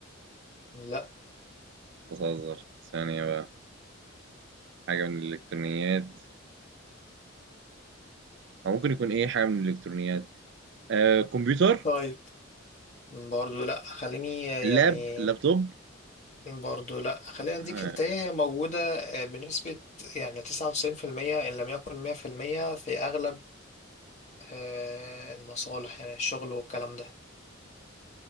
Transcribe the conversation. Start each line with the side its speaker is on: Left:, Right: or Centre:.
Left: لأ
Right: بتهزر ثانية بقى حاجة من الالكترونيات أو ممكن يكون ايه حاجة من الالكترونيات آه كمبيوتر
Left: طيب برضو لأ خليني يعني
Right: لاب لابتوب
Left: برضه لا خلينا نديك
Right: آه،
Left: انت إيه هي موجودة آه، بنسبة يعني تسعة وتسعين في المية إن لم يكن مية في المية في أغلب آه، المصالح يعني الشغل والكلام ده